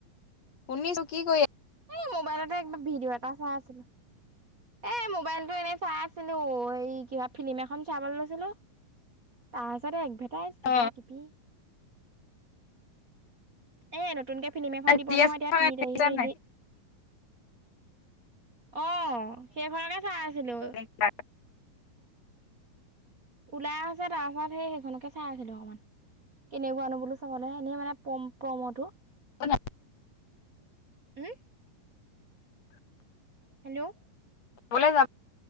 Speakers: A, on the left (about 45°); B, on the right (about 40°).
A: শুনিছো, কি কৰি আছা?
B: এই মোবাইলতে এ কিবা ভিডিঅ' এটা চাই আছিলো, এ মোবাইলটো এনেই চাই আছ ছিলো, এই কিবা ফিল্ম এখন চাবলৈ লৈছিলো, তাৰপিছতে এডভেট টাইজ
A: অ
B: কিবা কিবি। এ নতুন কে ফিল্ম এখন
A: আহিব
B: দিব নহয় এতিয়া তিনি
A: পাৰিবা
B: তাৰিখে ৰিলি অ' সেইখনকে চাই আছিলো।
A: <unintelligible>
B: ওলাই আছে তাৰ পাছত সেই সেইখনকে চাই আছিলো অকমান। কেনেকুৱানো বোলো চাবলে এনেই মানে প্ৰম প্ৰম'টো।
A: কোনে
B: উমম হেল্ল'
A: ক'লৈ যাব